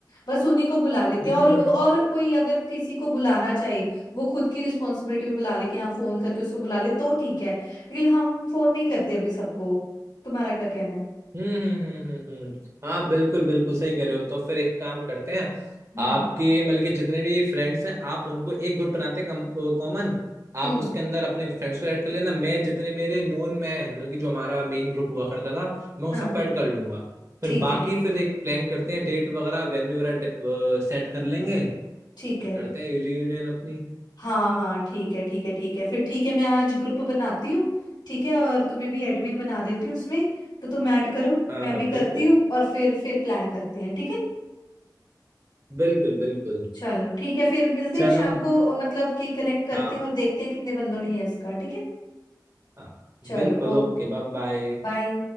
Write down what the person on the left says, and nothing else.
बस उन्हीं को बुला लेते
हैं और और
कोई अगर किसी को बुलाना चाहे वो खुद की रिस्पॉन्सिबिलिटी भी बुला ले कि हाँ फोन करके उसको बुला ले तो ठीक है लेकिन हम फोन नहीं करते अभी सबको तुम्हारा क्या कहना है
हम्म
हम्म
हाँ
ठीक
है
ठीक
है
हाँ हाँ ठीक है ठीक है ठीक है फिर ठीक है मैं आज ग्रुप बनाती हूँ ठीक है और तुम्हें भी एडमिन बना देती हूँ उसमें तो तुम ऐड करो
मैं
भी
करती हूँ और फिर फिर प्लान करते हैं ठीक है
चलो ठीक है फिर मिलते
हैं शाम को मतलब कि कनेक्ट करते
हैं और देखते हैं कितने बंदों ने यस कहा ठीक है
चलो
ओके
बाय